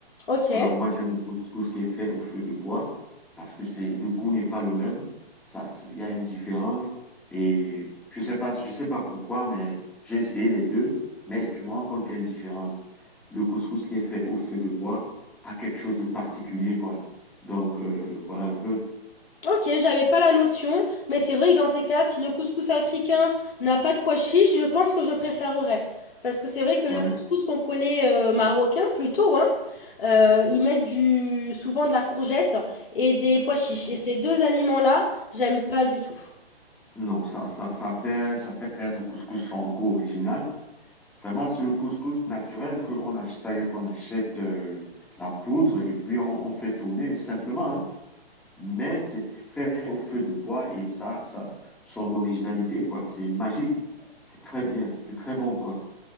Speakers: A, on the left (about 65°); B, in the centre.
A: ok.
B: Alors, moi, j'aime le couscous qui est fait au feu de bois parce que c'est le goût n'est pas le même. Ça, c'est- il y a une différence et je sais pas, je sais pas pourquoi, mais j'ai essayé les deux, mais je me rends compte qu'il y a une différence. Le couscous qui est fait au feu de bois a quelque chose de particulier, quoi. Donc, euh, voilà un peu.
A: Ok, j'avais pas la notion, mais c'est vrai que dans ces cas-là, si le couscous africain n'a pas de pois chiche, je pense que je préférerais. Parce que c'est vrai que le
B: Ouais.
A: couscous qu'on connaît euh, marocain plutôt, hein, euh, ils mettent du, souvent de la courgette et des pois chiches.
B: ouais.
A: Et ces deux aliments-là, j'aime pas du tout.
B: Non, ça, ça, ça perd, ça fait perdre au couscous son goût original. Vraiment, c'est le couscous naturel qu'on achète, c'est-à-dire qu'on achète euh, la poudre et puis on, on fait tourner simplement. hein. mais c'est fait au feu de bois et ça, ça, son originalité, quoi. C'est magique. C'est très bien. C'est très bon, quoi.